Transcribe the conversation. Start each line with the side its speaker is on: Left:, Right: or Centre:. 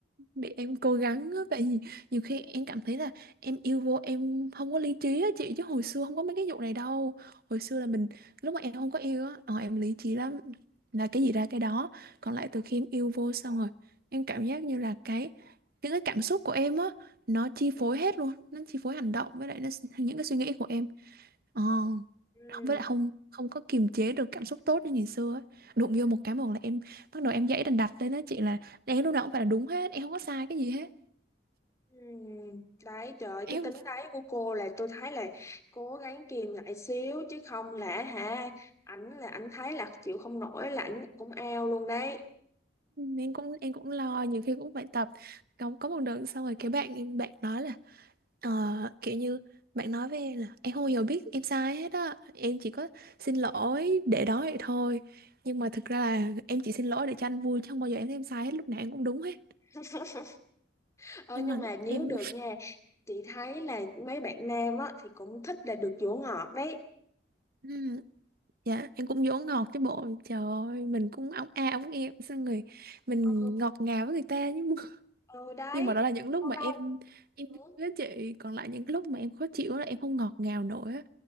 Right: để em cố gắng á, tại vì nhiều khi em cảm thấy là em yêu vô em không có lý trí á chị chứ hồi xưa không có mấy cái vụ này đâu hồi xưa là mình lúc mà em không có yêu á ờ, em lý trí lắm là cái gì ra cái đó còn lại từ khi em yêu vô xong rồi em cảm giác như là cái những cái cảm xúc của em á nó chi phối hết luôn nó chi phối hành động với lại nó, những cái suy nghĩ của em Ờ,
Left: ừ
Right: không với lại không không có kiềm chế được cảm xúc tốt như ngày xưa ấy. Đụng vô một cái một là em bắt đầu em dãy đành đặt lên đó chị là em lúc nào cũng phải là đúng hết em không có sai cái gì hết
Left: Ừm, Đấy trời ơi,
Right: em
Left: cái tính đấy của cô là tôi thấy là cố gắng kìm lại xíu chứ không là hả ảnh là ảnh thấy là chịu không nổi là ảnh cũng ao luôn đấy
Right: em cũng em cũng lo nhiều khi cũng phải tập có có một đợt xong rồi cái bạn em bạn nói là ờ, kiểu như bạn nói với em là em không bao giờ biết em sai hết á em chỉ có xin lỗi để đó vậy thôi nhưng mà thực ra là em chỉ xin lỗi để cho anh vui chứ không bao giờ em thấy em sai hết lúc nào em cũng đúng hết
Left: <laughs> ờ
Right: nhưng
Left: nhưng
Right: mà
Left: mà nếu
Right: em
Left: được nha chị thấy là mấy bạn nam á thì cũng thích là được dỗ ngọt đấy
Right: <laughs> Dạ, em cũng dỗ ngọt chứ bộ. Trời ơi, mình cũng ống a ống em xong rồi mình
Left: ừ,
Right: ngọt ngào với người ta nhưng mà, <laughs>
Left: ừ đấy
Right: nhưng mà đó là những lúc
Left: lâu
Right: mà em
Left: lâu
Right: em
Left: ừ.
Right: với chị còn lại những lúc mà em khó chịu là em không ngọt ngào nổi á.